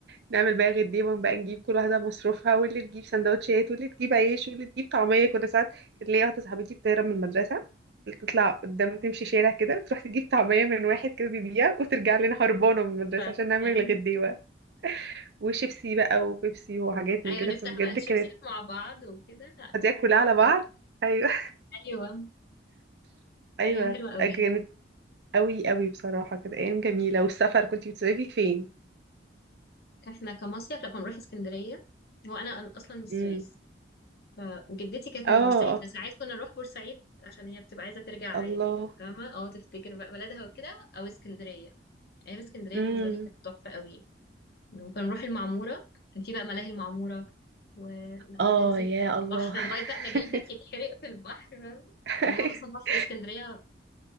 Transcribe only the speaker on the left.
ف...
أيوة.
ايوه
نفتح
بقى الشيبسيات
مع بعض وكده لا،
حلو
قوي
ايوه
ايام حلوه
قوي
احنا كمصيف لما بنروح اسكندريه هو انا اصلا من السويس
ف... وجدتي كانت
من بورسعيد فساعات كنا نروح بورسعيد عشان هي بتبقى عايزه ترجع
يعني فاهمه اه تفتكر بقى بلدها وكده او اسكندريه ايام اسكندريه
بالنسبه لي كانت تحفه قوي وكنا نروح المعموره كان في بقى ملاهي المعموره واللي هو
ننزل
البحر لغايه بقى ما
جلدك يتحرق في البحر فاهمة؟
يعني هو اصلا بحر اسكندريه